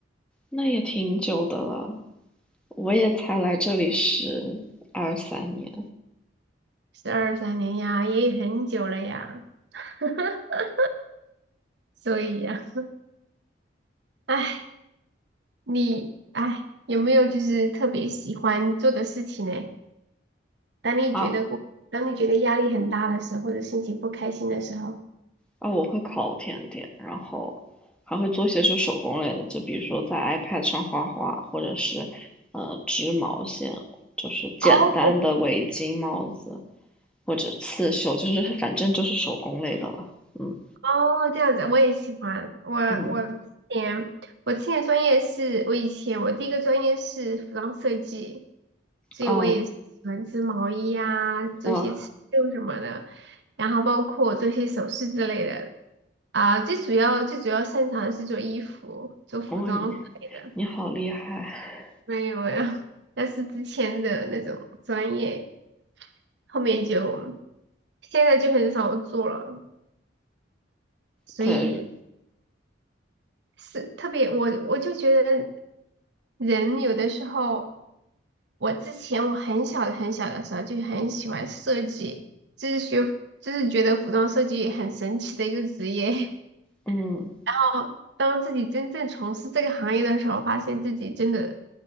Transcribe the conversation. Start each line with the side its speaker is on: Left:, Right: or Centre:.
Centre: 那也挺久的了，我也才来这里十二三年
Right: 十二三年呀，也很久了呀，<laughs> 所以呀，唉，你唉有没有就是特别喜欢做的事情呢？当你觉得当你觉得压力很大的时候，
Centre: 啊
Right: 或者心情不开心的时候，
Centre: 啊！我会烤甜点，然后还会做些就手工类的，就比如说在 iPad 上画画，或者是呃织毛线，就是简单的围巾、
Right: 哦
Centre: 帽子或者刺绣，就是反正就是手工类的了。嗯
Right: 哦，这样子我也喜欢。我我之前我之前专业是，
Centre: 嗯，
Right: 我以前我第一个专业是服装设计，所以我也是喜欢织毛衣啊，
Centre: 哦
Right: 做些刺绣什么的，
Centre: 哇
Right: 然后包括做些首饰之类的。啊，最主要最主要擅长的是做衣服、做服装之类的。
Centre: 哇，你你好厉害！
Right: 没有没有，但是之前的那种专业，后面就。现在就很少做了，所以
Centre: 对，
Right: 是特别我我就觉得人有的时候，我之前我很小的很小的时候就很喜欢设计，就是学就是觉得服装设计很神奇的一个职业。<laughs>
Centre: 嗯。
Right: 然后当自己真正从事这个行业的时候，发现自己真的